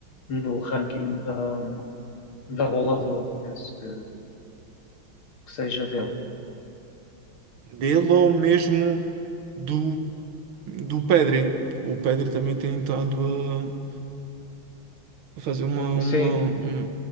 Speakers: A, on the left; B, on the right.
A: no ranking da, da bola de ouro. Penso que, que seja dele.
B: dele ou mesmo do, do Pedri. O Pedri também tem estado a a fazer uma, uma-
A: Sim,
B: um,